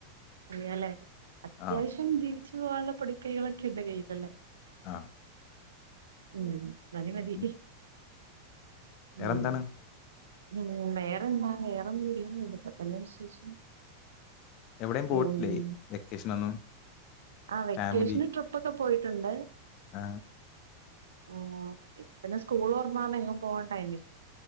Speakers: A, on the right (about 65°); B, on the left (about 40°).
A: അറിയാലേ അത്യാവശ്യം
B: ആ
A: ജീവിച്ച് പോവാനുള്ള പൊടിക്കൈകളൊക്കെ ഉണ്ട് കൈയ്യിലല്ലേ
B: ആ
A: ഉം മതി മതി
B: ഉം. വേറെന്താണ്
A: ഉം ഉം വേറെ എന്താ വേറൊന്നും ഇല്ല ഇതൊക്കെ തന്ന വിശേഷം
B: എവിടെയും പോയിട്ടില്ലേ
A: ഉം
B: വെക്കേഷൻ ഒന്നും
A: ആ വെക്കേഷന്
B: ഫാമിലി
A: ട്രിപ്പൊക്കെ പോയിട്ടുണ്ട്
B: ആ
A: ആ ഇപ്പൊ പിന്നെ സ്കൂൾ തുറന്നോണ്ട് എങ്ങും പോവാൻ ടൈമി